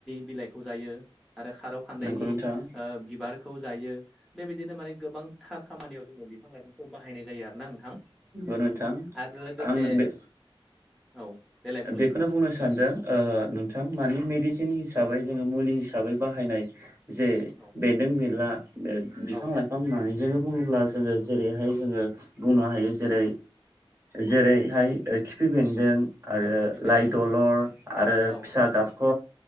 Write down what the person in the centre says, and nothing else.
बिलाइखौ जायो आरो खारौ खान्दायनि
बिबार ओ खौ जायो बेबायदिनो माने गोबांथार खामानियाव जोंनि बिफां लाइफांखौ बाहायनाय जायो आरोना नोंथां।
आरो लोगोसे
औ देलाय बुंलाय
नोंथां
औ
औ
औ
औ खिफि बेन्दों
औ
औ